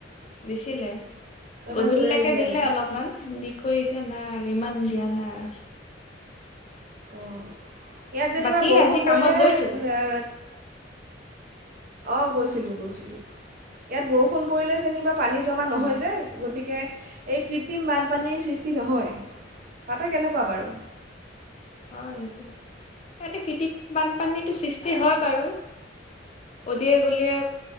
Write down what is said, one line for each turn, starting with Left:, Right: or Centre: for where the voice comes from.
Left: দিছিলে
Right: ইমান
Left: গধূলিলেকে
Right: জোৰেৰে দিয়া
Left: দিলে
Right: নাই
Left: অলপমান দি আকোএতিয়া নাই। ইমান দিয়া নাই আৰু।
Right: অ'। ইয়াত যেনিবা
Left: বাকী
Right: বৰষুণ
Left: আজি কামত
Right: পৰিলেহে
Left: গৈছিলে
Right: নে অ', গৈছিলো-গৈছিলো। ইয়াত বৰষুণ পৰিলে যেনিবা পানী জমা নহয়
Left: অ
Right: যে গতিকে এই কৃত্ৰিম বানপানীৰ সৃষ্টি নহয়। তাতে কেনেকুৱা বাৰু?
Left: হয়, সেইটো এই খেতি বানপানীতো সৃষ্টি হয় বাৰু। অলিয়ে গলিয়ে